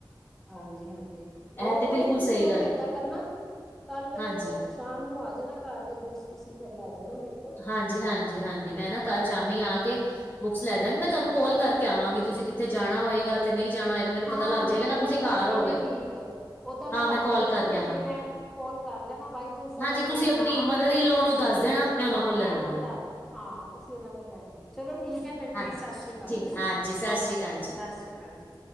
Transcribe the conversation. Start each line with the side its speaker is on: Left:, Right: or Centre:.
Centre: ਹਾਂਜੀ-ਹਾਂਜੀ
Left: ਇਹ
Centre: ਹੋਰ
Left: ਤੇ
Centre: ਕੋਈ
Left: ਬਿਲਕੁਲ
Centre: ਨੀ, ਤੁਸੀਂ
Left: ਸਹੀ
Centre: ਮੈਨੂੰ
Left: ਗੱਲ
Centre: ਏਦਾਂ ਕਰਨਾ ਕੱਲ
Left: ਹਾਂਜੀ
Centre: ਸ਼ਾਮ ਨੂੰ ਆ ਜਾਣਾ ਘਰ ਤੇ ਬੁੱਕਸ ਤੁਸੀਂ ਫੇਰ ਲੈ ਜਾਣਾ ਮੇ,
Left: ਹਾਂਜੀ, ਹਾਂਜੀ, ਹਾਂਜੀ ਮੈਂ ਨਾ ਕੱਲ ਸ਼ਾਮੀ ਆ। ਬੁੱਕਸ ਲੈ ਜਾਗੇ, ਮੈਂ ਤੁਹਾਨੂੰ ਕਾਲ ਕਰਕੇ ਆਵਾਂਗੀ, ਤੁਸੀਂ ਕਿੱਥੇ ਜਾਣਾ ਹੋਏਗਾ ਤੇ ਨਹੀਂ ਜਾਣਾ ਹੋਏ। ਮੈਨੂੰ
Centre: ਹਾਂ
Left: ਪਤਾ ਲੱਗ
Centre: ਨਹੀਂ
Left: ਜਾਏਗਾ,
Centre: ਇੱਕ
Left: ਨਾ
Centre: ਵਾਰੀ
Left: ਤੁਸੀਂ ਘਰ
Centre: ਨਹੀਂ
Left: ਹੋਗੇ।
Centre: ਨਹੀਂ ਠੀਕ ਹੈ ਓਦਾਂ
Left: ਹਾਂ
Centre: ਰੱਖ
Left: ਮੈਂ ਕਾਲ
Centre: ਜਾਵਾਂਗੀ
Left: ਕਰਕੇ ਆਵਾਂ
Centre: ਜੇ ਮੈਂ ਕੋਲ ਕਰ ਲੈਣਾ ਬਾਈ ਚਾਂਸ
Left: ਹਾਂਜੀ,
Centre: ਅਗਰ
Left: ਤੁਸੀਂ
Centre: ਮੈਂ ਨਾ
Left: ਆਪਣੀ ਮਦਰ ਇਨ ਲੋਨ ਨੂੰ ਦੱਸ ਦੇਣਾ। ਉਹਨਾਂ
Centre: ਹਾਂ
Left: ਕੋਲ
Centre: ਮੈਂ
Left: ਲੈ ਲਾਂਗੀ
Centre: ਉਹਨਾਂ ਨੂੰ ਦੱਸ, ਹਾਂ ਤੁਸੀਂ ਉਹਨਾਂ ਕੋਲ ਲੈ ਜਾਂਦਾ ਚਲੋ, ਠੀਕ ਹੈ ਫਿਰ
Left: ਹਾਂਜੀ
Centre: ਜੀ ਸਤਿ ਸ੍ਰੀ ਅਕਾਲ
Left: ਠੀਕ
Centre: ਹਨਾ।
Left: ਹਾਂਜੀ ਸਤਿ
Centre: ਓਕੇ
Left: ਸ੍ਰੀ ਅਕਾਲ
Centre: ਜੀ ਸਤਿ ਸ੍ਰੀ ਅਕਾਲ ਜੀ,